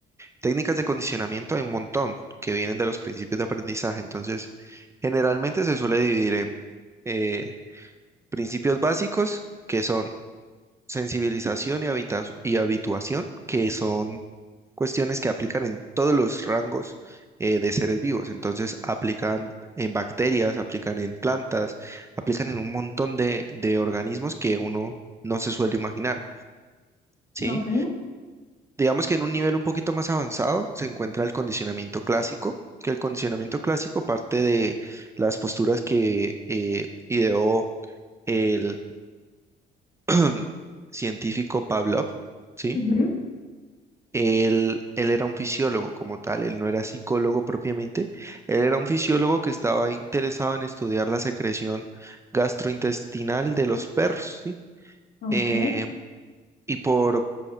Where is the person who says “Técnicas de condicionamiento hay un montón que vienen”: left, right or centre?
Right